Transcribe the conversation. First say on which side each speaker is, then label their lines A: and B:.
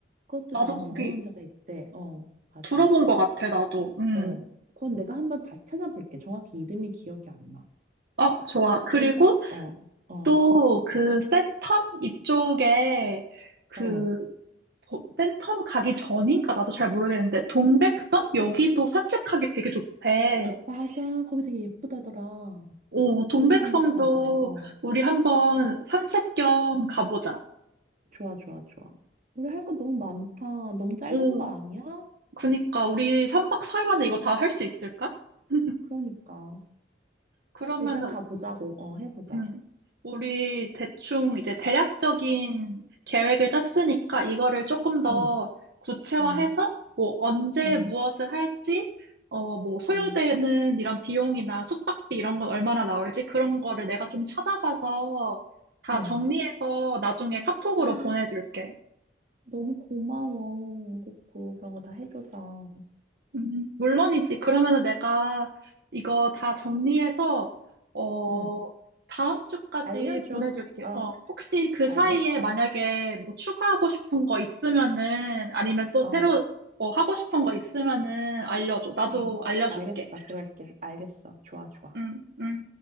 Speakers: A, on the right; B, on the right.
A: 그것도
B: 나도
A: 나름
B: 거기
A: 유명한 데가 있대. 어, 맞아.
B: 들어본 것 같아, 나도. 음.
A: 어. 그건 내가 한번 다시 찾아볼게. 정확히 이름이 기억이 안 나.
B: 어, 좋아. 그리고
A: 그리고, 어, 어,
B: 또 그 센텀 이쪽에 그
A: 어.
B: 도- 센텀 가기 전인가 나도 잘 모르겠는데 동백섬 여기도 산책하기 되게 좋대.
A: 맞아. 거기 되게 예쁘다더라.
B: 오, 동백섬도
A: 거기도 한번 가자. 어.
B: 우리 한번 산책 겸 가보자.
A: 좋아, 좋아, 좋아. 우리 할 거 너무 많다. 너무 짧은
B: 오,
A: 거 아니야?
B: 그니까 우리 3박 4일 안에 이거 다 할 수 있을까? <laughs>
A: 그러니까.
B: 그러면은
A: 일단 가보자고. 어, 해보자.
B: 음, 우리 대충 이제 대략적인 계획을 짰으니까 이거를 조금 더
A: 응,
B: 구체화해서
A: 응,
B: 뭐 언제
A: 응,
B: 무엇을 할지, 어, 뭐 소요되는
A: 응,
B: 이런 비용이나 숙박비 이런 건 얼마나 나올지 그런 거를 내가 좀 찾아봐서 다
A: 응.
B: 정리해서 나중에 카톡으로
A: <gasps> 아,
B: 보내줄게.
A: 너무 고마워. 고코. 그런 거 다 해줘서.
B: 음, 물론이지. 그러면은 내가 이거 다 정리해서, 어,
A: 응,
B: 다음 주까지
A: 알려줘.
B: 보내줄게.
A: 어,
B: 어, 혹시 그
A: 알겠어.
B: 사이에 만약에 뭐 추가하고 싶은 거 있으면은, 아니면 또
A: 어,
B: 새로, 어, 하고 싶은 거 있으면은 알려줘. 나도
A: 응,
B: 알려줄게.
A: 알겠어. 그럴게. 알겠어. 좋아, 좋아.
B: 응, 응.